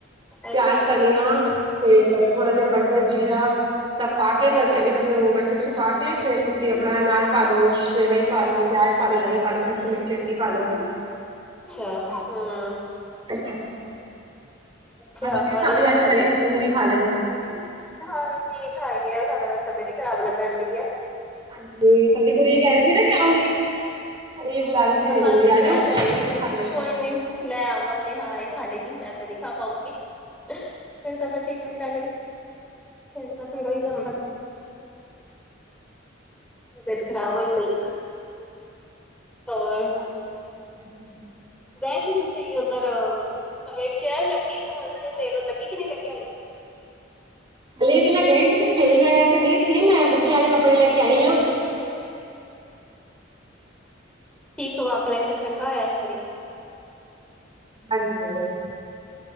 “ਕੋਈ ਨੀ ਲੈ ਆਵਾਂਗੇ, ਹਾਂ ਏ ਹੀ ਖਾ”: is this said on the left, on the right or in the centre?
Centre